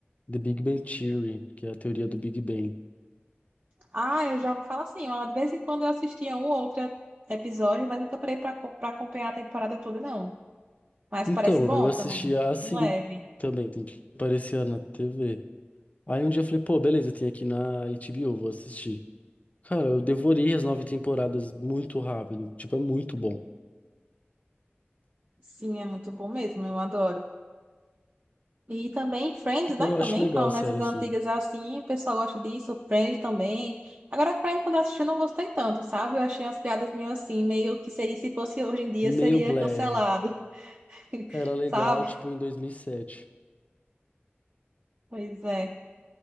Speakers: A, on the left; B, on the right.
A: The Big Bang Theory, que é a teoria do Big Bang.
B: Ah, eu já ouvi falar assim, ó, de vez em quando eu assistia um ou outro episódio, mas nunca parei para acompanhar a temporada toda, não. Mas
A: Então,
B: parece bom
A: eu assistia
B: também,
A: assim
B: bem leve.
A: também, sempre que aparecia na TV. Aí um dia eu falei, pô, beleza, tem aqui na HBO, vou assistir. Cara, eu devorei as nove temporadas muito rápido. Tipo, é muito bom.
B: Sim, é muito bom mesmo, eu adoro. E também Friends, né?
A: Eu
B: Também,
A: acho legal,
B: falando
A: sério,
B: nessas
A: assim.
B: antigas assim, o pessoal gosta disso, Friends também. Agora, Friends, quando eu assisti, eu não gostei tanto, sabe? Eu achei umas piadas meio assim, meio que seria, se fosse hoje em dia,
A: Meio
B: seria
A: blé.
B: cancelado, <laughs>
A: Era legal,
B: sabe?
A: tipo, em 2007.
B: Pois é.